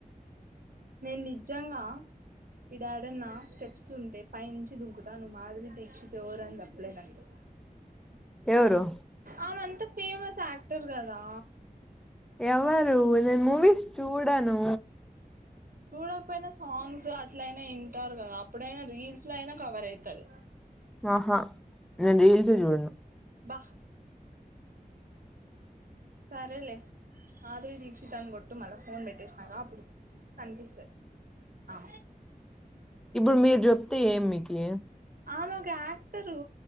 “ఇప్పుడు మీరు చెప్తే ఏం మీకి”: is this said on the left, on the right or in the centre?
Centre